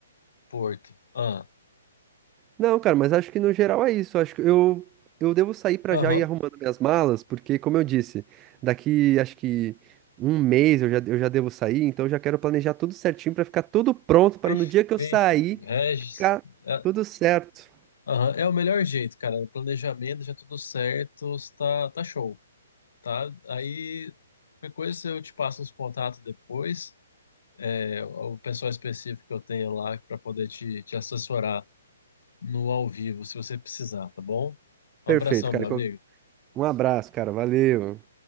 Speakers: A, on the left; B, on the right.
A: Porto. Ah,
B: Não, cara, mas acho que no geral é isso. Acho que eu, eu devo sair pra
A: aham,
B: já ir arrumando minhas malas, porque, como eu disse, daqui acho que um mês eu já, eu já devo sair, então eu já quero planejar tudo certinho pra ficar tudo pronto para
A: perfeito.
B: no dia que eu sair
A: Regis,
B: ficar
A: é,
B: tudo certo.
A: Aham, É o melhor jeito, cara. Planejamento, já tudo certo, tá, tá show, tá? Aí, qualquer coisa eu te passo os contatos depois, é, o pessoal específico que eu tenho lá para poder te, te assessorar no ao vivo, se você precisar, tá bom? Um
B: Perfeito,
A: abração,
B: cara.
A: meu amigo.
B: Um abraço, cara. Valeu.